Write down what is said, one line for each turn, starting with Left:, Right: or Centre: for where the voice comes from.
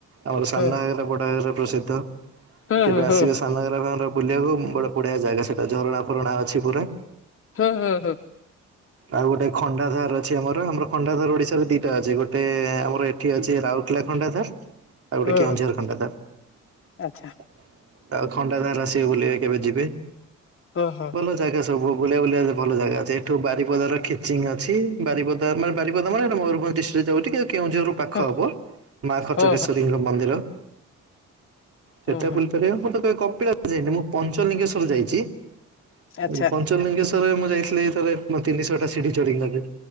Right: ଆମର ସାନ
Left: ହୁଁ
Right: ଘାଗରା ବଡ ଘାଗରା ପ୍ରସିଦ୍ଧ।
Left: ହୁଁ
Right: କେବେ
Left: ହୁଁ
Right: ଆସିବେ
Left: ହୁଁ
Right: ସାନ ଘାଗରା ଭାଁର ବୁଲିବାକୁ ବଡ଼ ବଢ଼ିଆ ଜାଗା ସେଟା ଝରଣା ଫରଣା ଅଛି ପୁରା।
Left: ହଁ, ହଁ, ହଁ।
Right: ଆଉ ଗୋଟେ ଖଣ୍ଡା ଧାର ଅଛି ଆମର, ଆମର ଖଣ୍ଡା ଧାର ଓଡିଶାରେ ଦିଟା ଅଛି। ଗୋ ଟେ ଆମର ଏଠି ଅଛି ରାଉରକେଲା ଖଣ୍ଡା ଧାର୍। ଆଉ ଗୋଟେ
Left: ହୁଁ
Right: କେଉଁଝର ଖଣ୍ଡା ଧାର।
Left: ଆଚ୍ଛା
Right: ଆଉ ଖଣ୍ଡା ଧାର ଆସିବେ ବୁଲିବେ କେବେ ଯିବେ।
Left: ହଁ, ହଁ।
Right: ଭଲ ଜାଗା ସ ସବୁ ବୁ ବୁଲିଆ ବୁଲିଆକୁ ଭଲ ଜାଗା ଅଛି। ଏଠୁ ବାରିପଦାର ଖିଚିଙ୍ଗ ଅଛି। ବାରିପଦା ମାନେ ବାରିପଦା ମାନେ ସେଟା ମୟୂରଭଞ୍ଜ ଡିସ୍ ସେ ଯୋଉ ଟିକେ କେଉଁଝରରୁ ପାଖ
Left: ହୁଁ
Right: ହବ ମା ଖଚକେଶ୍ୱରୀଙ୍କ
Left: ହୁଁ
Right: ମନ୍ଦିର।
Left: ହୁଁ
Right: ସେଟା
Left: ହୁଁ ହୁଁ
Right: ବୁଲିପାରିବ। ମୁଁ ତ କେବେ କପିଳାସ ଯାଇନି। ମୁଁ ପଞ୍ଚଲିଙ୍ଗେଶ୍ୱର ଯାଇଛି।
Left: ଆଚ୍ଛା
Right: ଏ ପଞ୍ଚଲିଙ୍ଗେଶ୍ଵରେ ମୁଁ ଯାଇଥିଲି ଥରେ ମ-ତିନିଶହ ଟା ସିିଢି ଚଢିକି ଲାଗେ।